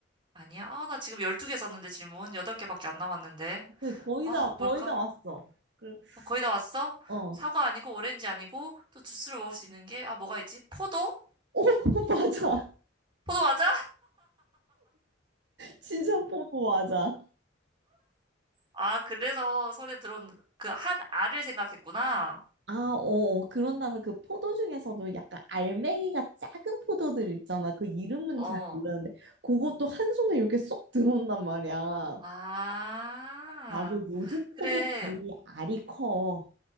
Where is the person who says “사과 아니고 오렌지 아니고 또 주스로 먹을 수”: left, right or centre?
Right